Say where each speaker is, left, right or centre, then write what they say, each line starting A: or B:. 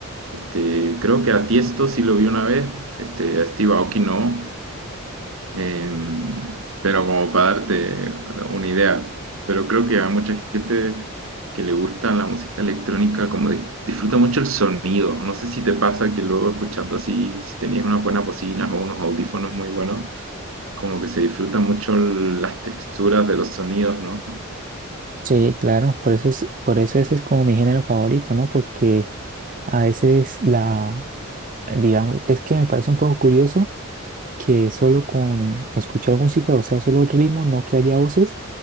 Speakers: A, on the right; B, on the right.
A: este, creo que a Tiesto sí lo vi una vez, este, a Steve Aoki no, em, pero como para darte una idea, pero creo que a mucha gente que le gusta la música electrónica como dis- disfruta mucho el sonido. No sé si te pasa que luego escuchando así, si tenías unas buenas bocinas o unos audífonos muy buenos, como que se disfrutan mucho el- las texturas de los sonidos, ¿no?
B: Sí, claro, por eso es, por eso ese es como mi género favorito, ¿no? Porque a veces la, digamos, es que me parece un poco curioso que solo con escuchar música, o sea, solo el ritmo, no que haya voces,